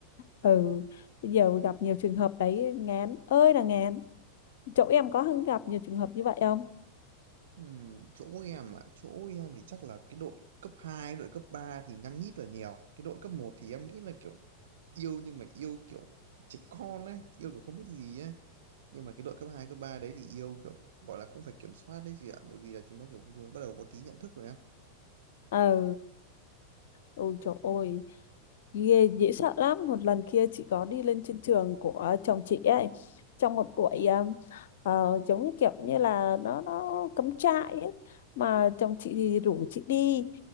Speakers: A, on the left; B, on the right.
A: ừ bây giờ gặp nhiều trường hợp đấy ngán ơi là ngán chỗ em có gặp nhiều trường hợp như vậy không
B: Ừm, chỗ em ạ, chỗ em thì chắc là cái đội cấp 2, đội cấp 3 thì nhăng nhít là nhiều. Cái đội cấp một thì em nghĩ là kiểu yêu nhưng mà yêu kiểu trẻ con ấy, yêu kiểu không biết gì ấy. Nhưng mà cái đội cấp 2 cấp 3 đấy thì yêu kiểu gọi là cũng phải kiểm soát đấy chị ạ, bởi vì là chúng nó kiểu chúng nó bắt đầu có tí nhận thức rồi á.
A: ờ ôi trời ơi ghê dễ sợ lắm một lần kia chị có đi lên trên trường của chồng chị ấy trong một buổi um, ờ, giống như kiểu như là nó nó cắm trại ấy mà chồng chị thì rủ chị đi